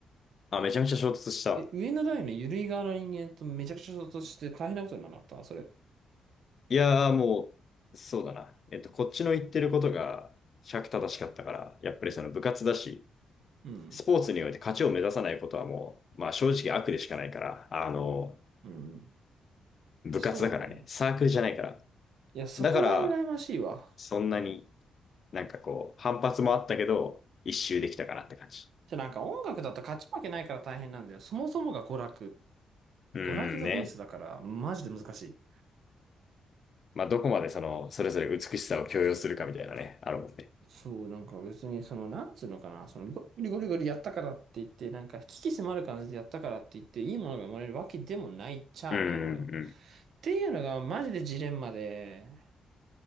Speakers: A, on the left; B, on the right.
A: あ、めちゃめちゃ衝突した。
B: え、上の代の緩い側の人間とめちゃくちゃ衝突して大変なことになった、それ。
A: いやーもう、そうだな。えっと、こっちの言ってることが、尺正しかったから、やっぱりその部活だし、
B: うん。
A: スポーツにおいて勝ちを目指さないことはもう、まあ正直悪でしかないから、あの、
B: うん。
A: 部活だからね。
B: そうだね。
A: サークルじゃないから。
B: いや、そこが羨ましいわ。
A: だから、そんなになんかこう、反発もあったけど、一周できたかなって感じ。
B: じゃなんか音楽だと勝ち負けないから大変なんだよ。そもそもが娯楽。
A: うーんね。
B: 娯楽がベースだから、マジで難しい。
A: まあ、どこまでその、それぞれ美しさを強要するかみたいなね、あるもんね。
B: そう、なんか別に、その、なんつうのかな、その、ゴリゴリゴリやったからって言って、なんか、鬼気迫る感じでやったからって言って、いいものが生まれるわけでもないっちゃあないのよ。
A: うん、うん、
B: っていうのが、マジでジレンマで、